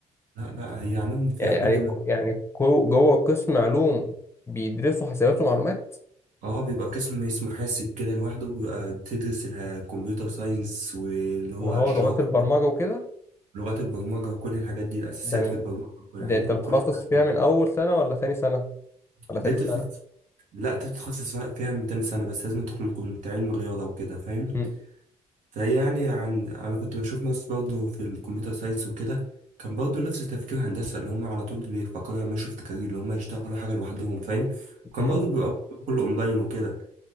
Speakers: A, on the right; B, on the left.
A: لا لا هي علوم فيها
B: يعني
A: كل ما
B: يعني كو- جوه قسم علوم بيدرسوا حسابات ومعلومات
A: اه بيبقى قسم اسمه حاسب كده لوحده بيبقى تدرس الكمبيوتر ساينس واللي هو
B: اللي هو
A: الجافا
B: لغات البرمجة وكده
A: لغات البرمجة وكل الحاجات دي الأساسيات
B: ده من
A: في البرمجة وكل
B: ده
A: الحاجات
B: انت
A: وكل
B: بتخصص
A: الحاجات
B: فيها
A: دي
B: من اول سنة ولا ثاني سنة ولا
A: دي
B: ثالث
A: بتتخصص
B: سنة
A: لا دي بتتخصص فيها من تاني سنة بس لازم تكون كنت علم رياضة وكده فاهم
B: مم.
A: فهي يعني عن انا كنت بشوف ناس برضو في الكمبيوتر ساينس وكده كان برضو نفس تفكير هندسه اللي هم على طول بيفكروا يعملوا شيفت كارير اللي هم يشتغلوا حاجه لوحدهم فاهم وكان
B: مم.
A: برضو بيبقى كله اونلاين وكده